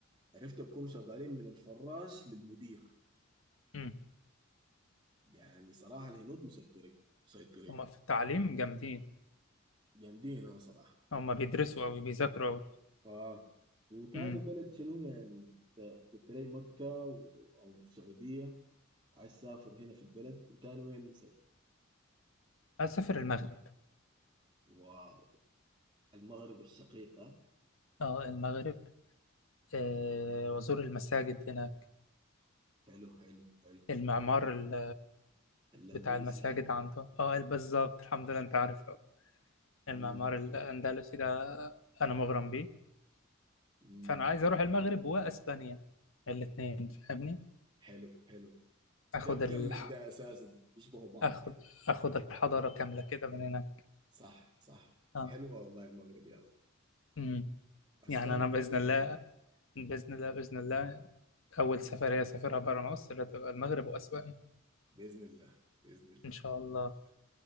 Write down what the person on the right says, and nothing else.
عرفت بكونوا شغالين من الفراش للمدير
يعني صراحه الهنود مسيطرين مسيطرين
جامدين ها صراحه
اه وتاني
بلد شنو يعني انت قلت لي مكة و- او السعودية وعايز تسافر هنا في البلد وتاني وين مصر
واو المغرب الشقيقة
حلو حلو حلو
الاندلسيا
امم
امم
حلو حلو ده
بكمل
ده اساسا بيشبهوا بعض
كده
صح صح
حلوه والله المغرب يا ما.
اسبانيا
برضه
حلوه
باذن الله باذن الله
باذن الله